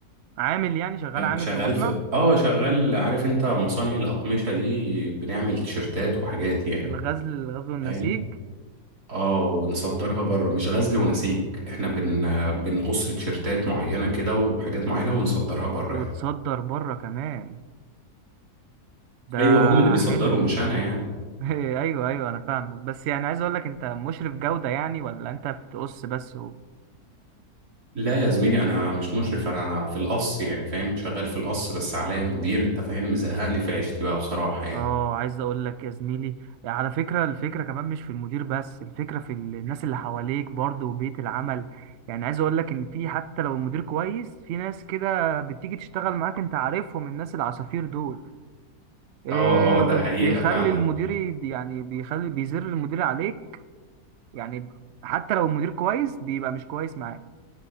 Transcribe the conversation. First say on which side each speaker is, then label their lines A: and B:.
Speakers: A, on the right; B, on the right.
A: عامل يعني شغال عامل
B: شغال
A: في مصنع
B: في اه شغال عارف انت مصانع الأقمشة دي بنعمل تيشرتات وحاجات يعني
A: الغزل الغزل والنسيج
B: فاهم اه ونصدرها بره مش غزل ونسيج احنا بن
A: آه،
B: بنقص تيشيرتات معينة كده وحاجات معينة ونصدرها بره
A: وتصدر
B: يعني
A: بره كمان ده
B: ايوه هم اللي بيصدروا
A: حلو
B: مش انا يعني
A: <laughs> ايوه ايوه انا فاهمك بس يعني عايز اقول لك انت مشرف جودة يعني ولا انت بتقص بس و...
B: لا يا زميلي انا مش مشرف انا في القص يعني فاهم شغال في القص بس عليا مدير انت فاهم مزهقني في عيشتي بقى بصراحة يعني
A: اه عايز اقول لك يا زميلي على فكرة الفكرة كمان مش في المدير بس الفكرة في ال- الناس اللي حواليك برضه وبيئة العمل يعني عايز اقول لك ان في حتى لو المدير كويس في ناس كده بتيجي تشتغل معاك انت عارفهم الناس العصافير دول إيه
B: اه اه ده
A: ب-
B: حقيقة
A: بيخلي
B: فعلا
A: المدير ي- يعني بيخلي بيزر المدير عليك يعني حتى لو المدير كويس بيبقى مش كويس معاك